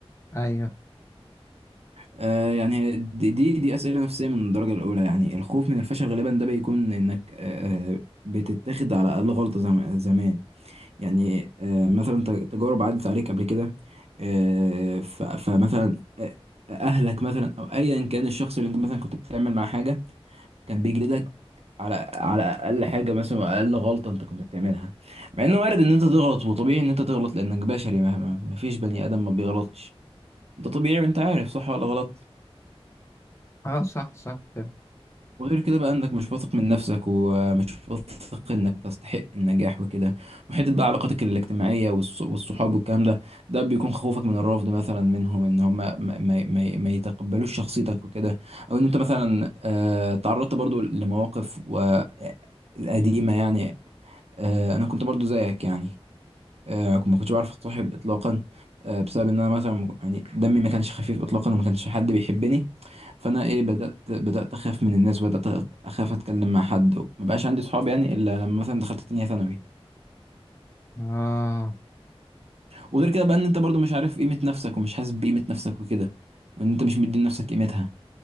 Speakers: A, on the left; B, on the right.
A: ايوه
B: آه يعني هي دي دي دي أسئلة نفسية من الدرجة الأولى يعني الخوف من الفشل غالبا ده بيكون إنك آه بتتاخد على أقل غلطة زم- زمان يعني آه مثلا ت- تجارب عدت عليك قبل كده آه ف- فمثلا آه، أهلك مثلا أو أيا كان الشخص اللي أنت مثلا كنت بتعمل معاه حاجة كان بيجلدك على على اقل حاجه مثلا اقل غلطه انت كنت بتعملها مع انه وارد ان انت تغلط وطبيعي ان انت تغلط لانك بشري مهما ما فيش بني ادم ما بيغلطش انت طبيعي وانت عارف صح ولا غلط
A: اه صح صح فعلا
B: وغير كده بقى انك مش واثق من نفسك ومش واثق انك تستحق النجاح وكده وحته بقى علاقاتك الاجتماعيه والص- والصحاب والكلام ده ده بيكون خوفك من الرفض مثلا منهم ان هم ما, ما, ما ما يتقبلوش شخصيتك وكده او ان انت مثلا آه، تعرضت برضو لمواقف و- قديمة يعني آه، انا كنت برضو زيك يعني آه، ما كنتش بعرف اتصاحب اطلاقا آه، بسبب ان انا مثلا م- يعني دمي ما كانش خفيف اطلاقا وما كانش حد بيحبني فانا ايه بدات بدات اخاف من الناس بدات اخاف اتكلم مع حد وما بقاش عندي صحاب يعني الا لما مثلا دخلت تانية ثانوي
A: اه
B: وغير كده بقى ان انت برضو مش عارف قيمه نفسك ومش حاسس بقيمه نفسك وكده وان انت مش مدي لنفسك قيمتها